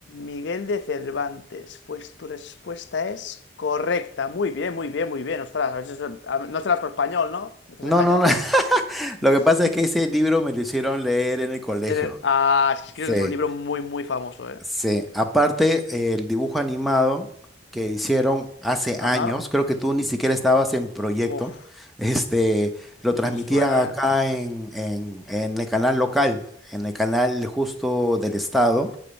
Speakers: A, on the left (about 65°); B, in the centre.
A: Miguel de Cervantes. Pues tu respuesta es correcta. Muy bien, muy bien, muy bien. Ostras, a a- no serás por español, ¿no? ¿Me estás
B: No,
A: engañando?
B: no, no. <laughs> Lo
A: <laughs>
B: que pasa es que ese libro me lo hicieron leer en el colegio.
A: Eh, Ah, es que
B: Sí,
A: creo que es un libro muy, muy famoso, ¿eh?
B: sí. Aparte, el dibujo animado que hicieron hace
A: Ajá.
B: años, creo que tú ni siquiera estabas en proyecto,
A: Uf,
B: este, lo
A: ni
B: transmitían
A: me suena,
B: acá en, en, en el canal local, en el canal justo del estado.